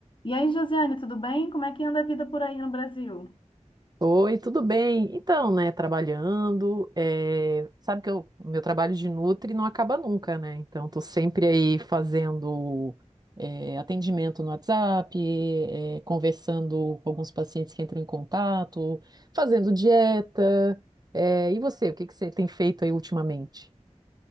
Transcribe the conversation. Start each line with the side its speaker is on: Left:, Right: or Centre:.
Left: E aí, Josiane, tudo bem? Como é que anda a vida por aí no Brasil?
Right: Oi, tudo bem? Então, né, trabalhando, eh, sabe que eu- o meu trabalho de nutri não acaba nunca, né? Então, tô sempre aí fazendo eh, atendimento no WhatsApp, eh, conversando com alguns pacientes que entram em contato, fazendo dieta. Eh, e você, o que que você tem feito aí ultimamente?